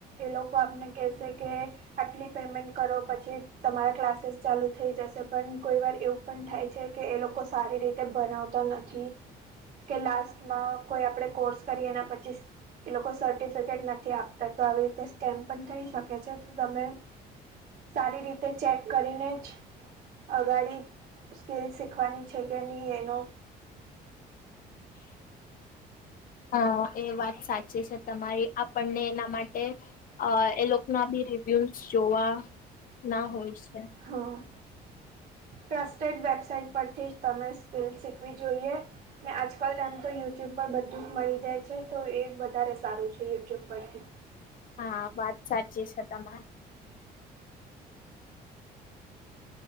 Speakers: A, on the right; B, on the left.
A: એ લોકો આપને કહેશે કે આટલી પેમેન્ટ કરો પછી તમારા ક્લાસીસ ચાલુ થઈ જશે પણ કોઈ વાર એવું પણ થાય છે કે એ લોકો સારી રીતે ભનાવતા નથી. કે લાસ્ટમાં કોઈ આપડે કોર્સ કરીએને પછી એ લોકો સ સટીફિકેટ નથી આપતા તો આવી રીતે સ્ટેમ્પ પણ થઈ શકે છે તો તમે સારી રીતે ચેક કરીને જ અગાડી સ્કીલ શીખવાની છે કે નહીં એનો
B: હ એ વાત સાચી છે તમારી આપણને એના માટે અ એ લોકો ના બી રિવ્યુઝ જોવા ના હોય છે.
A: હા. ટ્રસ્ટેડ વેબસાઇટ પરથી તમે સ્કીલ શીખવી જોઈએ. ને આજકાલ એમ તો યુટ્યુબ પર બધું જ મળી જાય છે તો એ વધારે સારું છે યુટ્યુબ પરથી.
B: હા વાત સાચી છે તમારે.